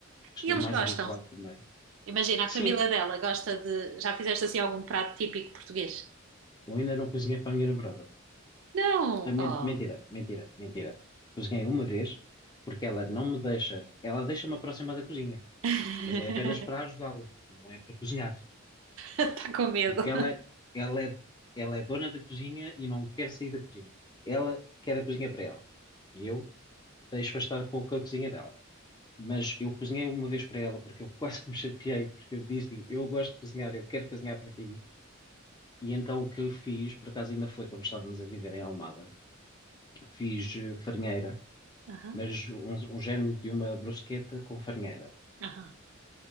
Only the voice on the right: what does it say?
E eles
gostam.
Imagina, a
família dela gosta de. Já fizeste assim algum prato típico português?
Não!
Oh!
<laughs>
Está com medo.
Aham,
aham.